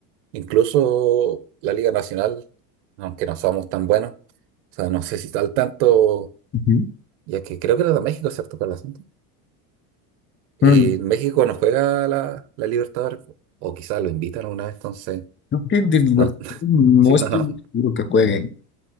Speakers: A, on the right; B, on the left.
A: Incluso la Liga Nacional, aunque no somos tan buenos, o sea, no sé si está al tanto,
B: Ujú.
A: ya que creo que era de México, ¿cierto? Para el asunto. Y
B: Mm,
A: México no juega la, la Libertadores, po. o quizás lo invitan una vez, entonces,
B: Creo que de Libertadores
A: no. <laughs>
B: no
A: Sí,
B: estoy
A: no, no.
B: muy seguro que jueguen.